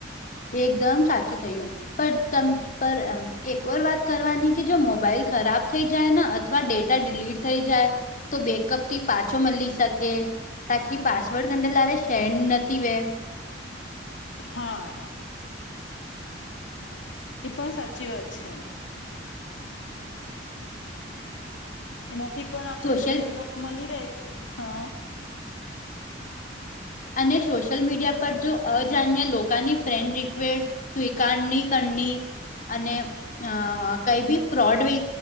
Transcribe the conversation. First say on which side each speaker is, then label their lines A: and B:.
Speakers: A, on the left; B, on the left.
A: એકદમ સાચું થયું પ તમ પર એમ એકવાર વાત કરવાની કે જો મોબાઈલ ખરાબ થઈ જાય ન અથવા ડે ટા લીટ થઈ જાય તો બેકઅપ તી પાછો મલી શકે તાકી પાસવર્ડ <unintelligible> સેન્ડ નતી વે
B: હા. એ પણ સાચી વાત છે. એનાથી પણ આપણે
A: સોશિયલ
B: જો બેકઅપ મલી રેય હ
A: અને સોશિયલ મીડિયા પર જો અજાન્ય લોકાની ફ્રેન્ડ રિકવેસ્ટ સ્વીકારની કરની અને અ કઈ ભી ફ્રોડ વે